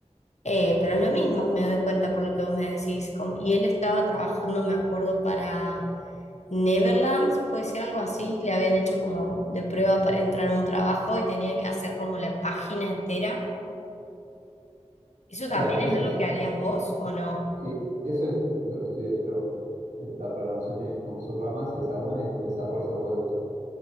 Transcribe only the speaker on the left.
Eh, pero es lo mismo, me doy cuenta por lo que vos me decís. Como- y él estaba trabajando, me acuerdo, para Neverlands, puede ser algo así. Le habían hecho como de prueba para entrar a un trabajo y tenía que hacer como la página entera. ¿Eso también
es
lo que harías vos o no?